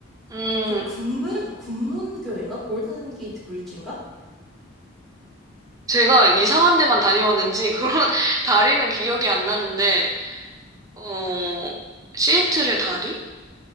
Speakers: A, on the right; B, in the centre.
A: 음,
B: 그 금문 금문교인가? 골든 게이트 브릿지인가?
A: 제가 이상한 데만 다녀왔는지 그런 <laughs> 다리는 기억이 안 나는데, 어, 시애틀의 다리?